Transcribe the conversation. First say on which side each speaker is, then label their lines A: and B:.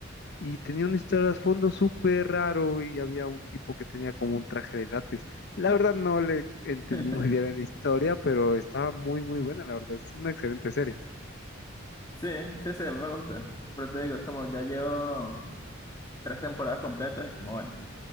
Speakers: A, on the left; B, on the left.
A: Y tenía un trasfondo súper raro y había un tipo que tenía como un traje de látex. La verdad no le entendí
B: <laughs>
A: muy bien la historia, pero estaba muy, muy buena, la verdad. Es una excelente serie.
B: Sí, sí, sí, me gusta. Pero te digo, es como ya llevo tres temporadas completas, es como bueno,